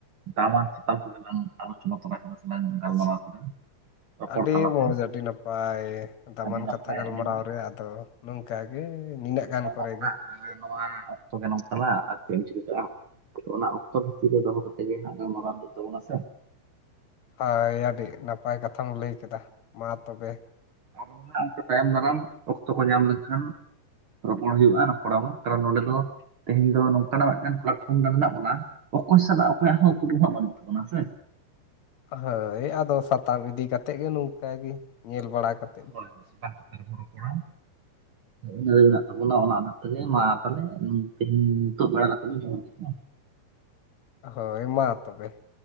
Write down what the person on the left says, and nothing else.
ᱟᱪᱪᱷᱟ
ᱟᱹᱰᱤ
ᱢᱚᱸᱡᱽ ᱟᱹᱰᱤ ᱱᱟᱯᱟᱭ ᱫᱟᱢᱟᱱ
ᱠᱟᱛᱷᱟ ᱜᱟᱞᱢᱟᱨᱟᱣ
ᱨᱮ ᱟᱫᱚ ᱱᱚᱝᱠᱟᱜ ᱜᱮ ᱱᱤᱱᱟᱹᱜ ᱜᱟᱱ ᱠᱚᱨᱮ
ᱜᱮ
ᱦᱚᱭ ᱟᱹᱰᱤ ᱱᱟᱯᱟᱭ ᱠᱟᱛᱷᱟᱢ ᱞᱟᱹᱭ ᱠᱮᱫᱟ ᱢᱟ ᱛᱚᱵᱮ
ᱦᱳᱭ ᱟᱫᱚ ᱥᱟᱛᱟᱢ ᱤᱫᱤ ᱠᱟᱛᱮ ᱜᱮ ᱱᱚᱝᱠᱟ ᱜᱮ ᱧᱮᱞ ᱵᱟᱲᱟ ᱠᱟᱛᱮ
ᱦᱳᱭ ᱢᱟ ᱛᱚᱵᱮ